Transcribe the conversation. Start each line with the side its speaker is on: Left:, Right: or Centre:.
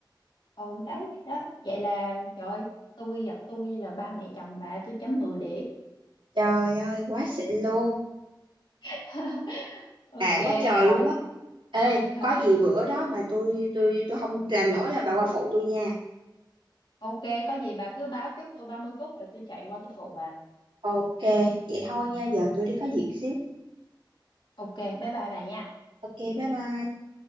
Left: ồ đấy đó vậy là trời ơi, tôi gặp tôi là ba mẹ chồng bà tôi chấm 10 điểm
Right: trời ơi quá xịn luôn
Left: <laughs> ok
Right: quá trời
Left: rồi
Right: luôn á ê
Left: <laughs>
Right: có gì bữa đó mà tôi tôi tôi không làm nổi là bà qua phụ tôi nha
Left: ok có gì bà cứ báo trước tôi 30 phút rồi tôi chạy qua tôi phụ bà
Right: ok vậy thôi nha giờ tôi đi có việc xíu
Left: ok bye bye bà nha
Right: ok bye bye